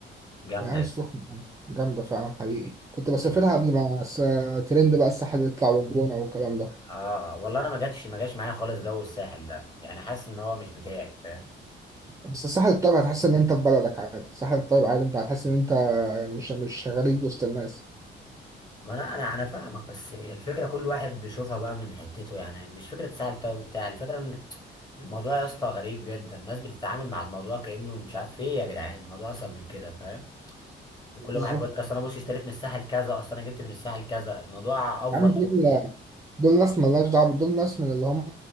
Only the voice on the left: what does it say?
جامدة
يعني
اه والله انا ما جاتش ما جاش معايا خالص جو الساحل ده يعني حاسس ان هو مش بتاعي فاهم
ما انا انا انا فاهمك بس الفكره كل واحد بيشوفها بقى من حتته يعني مش فكره ساحل طيب بتاع الفكره ان الموضوع يا اسطى غريب جدا الناس بتتعامل مع الموضوع كانه مش عارف ايه يا جدعان الموضوع اصل من كده فاهم وكل
واحد بيقول لك اصل انا بص اشتريت من الساحل كذا اصل انا جبت من الساحل كذا الموضوع افضل
قوي